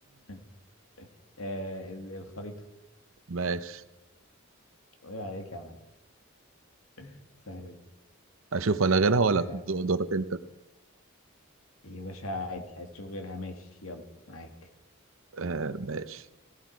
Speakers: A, on the left; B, on the right.
A: <laughs> آه ال- الخريطة
B: <laughs> ماشي
A: ايه عليك يا معلم <laughs> سهلة دي
B: اشوف انا غيرها ولا
A: آه
B: دو- دورك انت
A: يا باشا عادي عايز تشوف غيرها ماشي يلا معاك
B: آه ماشي